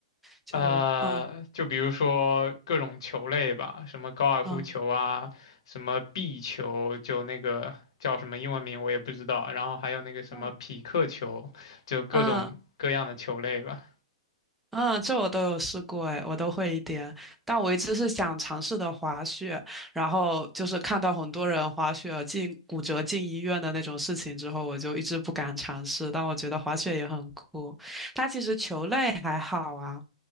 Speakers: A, in the centre; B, on the left.
A: 就嗯
B: 呃，就比如说各种球类吧，什么高尔夫球啊，
A: 嗯
B: 什么壁球，就那个叫什么英文名我也不知道，然后还有那个什么匹克球，
A: 嗯
B: 就各种各样的球类吧。
A: 嗯，嗯，这我都有试过，哎，我都会一点。但我一直是想尝试的滑雪，然后就是看到很多人滑雪进骨折进医院的那种事情之后，我就一直不敢尝试。但我觉得滑雪也很酷，它其实球类还好啊，